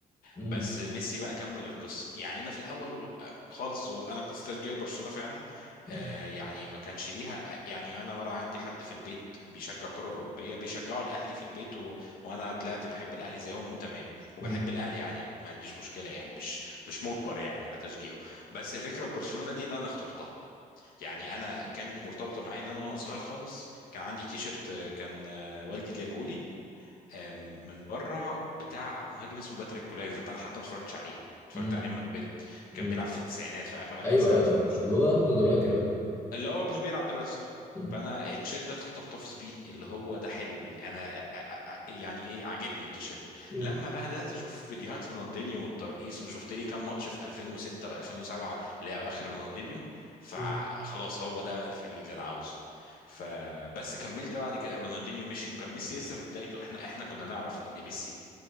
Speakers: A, on the left; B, on the left.
A: امم
B: بس ميسي بقى كمل القصه يعني انا في الاول و- خالص وال- انا قصه تشجيع برشلونه فعلا آه
A: امم
B: يعني ما كانش ليها يعني انا ولا عندي حد في البيت بيشجع كره اوروبيه بيشجعوا الاهلي في البيت و... وانا طلعت بحب الاهلي زيهم وتمام وبحب
A: امم
B: الاهلي يعني ما عنديش مشكله يعني مش مش مجبر يعني على تشجيعه بس الفكره في برشلونه دي اللي انا اخترتها يعني انا كانت مرتبطه معايا ان انا وانا صغير خالص كان عندي تيشرت آه، كان آه، والدي جابهولي آم، من بره بتاع مهاجم اسمه باتريك كولايفرت انا حتى ما اتفرجتش عليه اتفرجت
A: امم
B: عليه لما كبرت كان
A: أمم.
B: بيلعب في التسعينات في اخر اخر
A: ايوه
B: التسعينات
A: ايوه
B: في
A: عارف
B: برشلونه
A: اللي هو ابنه دلوقتي بيلعب
B: اللي هو ابنه بيلعب دلوقتي صح
A: امم
B: فانا التيشيرت ده فضلت محتفظ بيه اللي هو ده حلو بن... انا أ- أ- أ- يعني ايه عاجبني التيشيرت
A: امم
B: لما بقى بدات اشوف فيديوهات رونالدينيو والترقيص وشفت لي كام ماتش في 2006 و2007 لاواخر رونالدينيو فخلاص
A: أمم.
B: هو ده بقى الفريق اللي انا عاوزه فبس كملت بعد كده رونالدينيو مشي وكان ميسي لسه في بدايته احنا احنا كنا نعرف ان ميسي